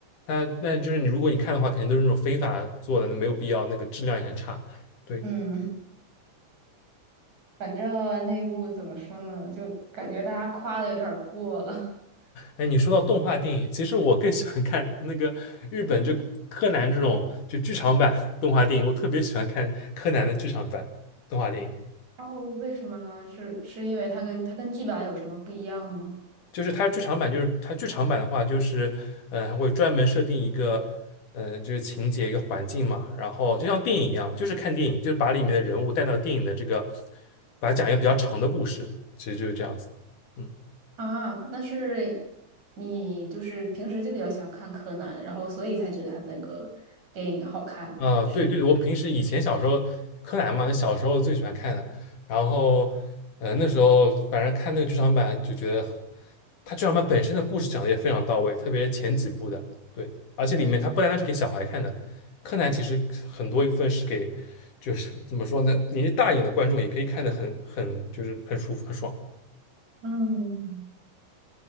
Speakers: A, on the left; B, on the right.
A: 它那就是你，如果你看的话，肯定都是那种非法做的，那没有必要，那个质量也很差。对，
B: 嗯，反正那部怎么说呢，就感觉大家夸的有点儿过了。<laughs>
A: 哎，你说到动画电影，其实我更喜欢看那个日本就柯南这种就剧场版动画电影，我特别喜欢看柯南的剧场版动画电影。
B: 哦，为什么呢？是是因为他跟他跟剧版有什么不一样吗？
A: 就是它剧场版，就是它剧场版的话，就是嗯，呃还会专门设定一个嗯，呃就是情节一个环境嘛，然后就像电影一样，就是看电影，就是把里面的人物带到电影的这个，把它讲一个比较长的故事，其实就是这样子。嗯，
B: 啊，那是你就是平时就比较喜欢看柯南，然后所以才觉得他那个电影好看，
A: 啊，
B: 是。
A: 对对，我平时以前小时候柯南嘛，小时候最喜欢看的，然后嗯，呃那时候反正看那个剧场版就觉得。他剧场版本身的故事讲的也非常到位，特别是前几部的，对，而且里面它不单单是给小孩看的，柯南其实很多一部分是给，就是怎么说呢，年纪大一点的观众也可以看得很很就是很舒服很爽。
B: 嗯，